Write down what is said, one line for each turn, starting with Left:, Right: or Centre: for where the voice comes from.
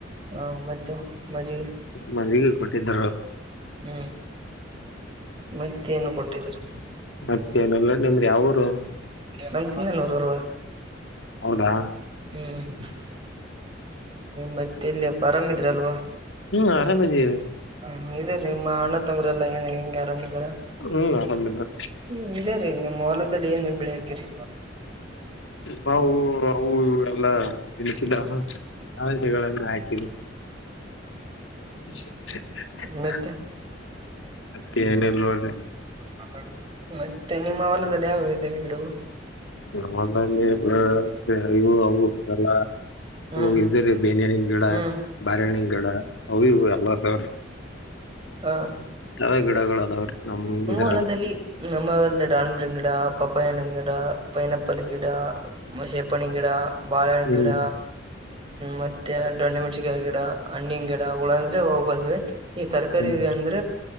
Right: ಹಾ ಮತ್ತೆ ಮಜ್ಜಿಗೆ.
Left: ಮದ್ವಿಗೆ ಕೊಟ್ಟಿದ್ರು
Right: ಹ್ಮ್ ಮತ್ತ ನು ಕೊಟ್ಟಿದ್ದರಿ.
Left: ಮತ್ತೆ ನಲ್ಲ ನಿಮ್ದ ಯಾವರು.
Right: ನಮ್ ಸಿಂಗನೂರ್ ಅಲ್ವಾ
Left: ಹೌದಾ.
Right: ಹ್ಮ್ ಮತ್ತೆ ಇಲ್ಲಿ ಅಪ್ಪ ಆರಾಮ ಇದ್ರ ಅಲ್ವಾ.
Left: ಹ್ಮ್ ಆರಾಮಧವಿ.
Right: ಹ ಇದೇ ನಿಮ್ಮ ಅಣ್ಣ ತಮ್ಮ್ರಲ್ಲಾ ಏನ್ ಹೆಂಗಗೆ ಆರಾಮ್ಿದಾರ.
Left: ಹ್ಮ್ ಆರಾಮಿಲ್ಲ.
Right: ಹ್ಮ ಇದೆ ರೀ ನಿಮ್ಮ ಹೊಲದಲ್ಲಿ ಏನು ಬಿಳಿ ಹಾಕಿರಿ.
Left: ಬಾವು ಅವು ನಾವು ಅವು ಎಲ್ಲ. ತಿಸಿದಗಳನ್ನು ಹಾಕ <unintelligible>
Right: ಮತ್ತೆ
Left: ಮತ್ತನಲ್ಲ ರಿ.
Right: ಮಾತಾಡಿರಿ......... ಮತ್ತೆ ನಿಮ್ಮ ಹೊಲದಲ್ಲಿ ಯಾವ್ಯಾವ ಇದೇವೆ ಗಿಡಗಳು.
Left: ಹೊಲದಲ್ಲಿ ನ ಅವು ಇವು ಎಲ್ಲ.
Right: ಹ್ಮ್
Left: ಹಿದ್ರೀ ಬೇನನ ಗಿಡ
Right: ಹ್ಮ್
Left: ಬಾರಣ್ಣಿನ ಗಿಡ ಅವಿ ಎಲ್ಲದವ್ರೀ.
Right: ಹಾ
Left: ಯಾವೇ ಗಿಡಗಳು ಅದಾವ್ರೀ ನಮ ಇದರಲ್ಲಿ.
Right: ಹೊಲದಲ್ಲಿ ನಮ್ಮ ಹೊಲದಲ್ಲಿ ಡಾಲ್ಂಬರ ಗಿಡ ಪಪ್ಪಾಯಣ ಗಿಡ ಪೈನಾಪ್ಪಲ್ ಗಿಡ. ಮಶೇಪಣಿ ಗಿಡ ಬಾಳಣ
Left: ಹ್ಮ್
Right: ಗಿಡ ಮತ್ತೆ.... ಡೋನಮೆಣಸಿಕಾಯಿ ಗಿಡ ಹಣ್ಣಿನ ಗಿಡ ಉಳಂದ್ರೆ ಹೋಗ್ಬರ್ತೆ ಈ ತರಕಾರಿ
Left: ಹ್ಮ್
Right: ಅಂದ್ರೆ.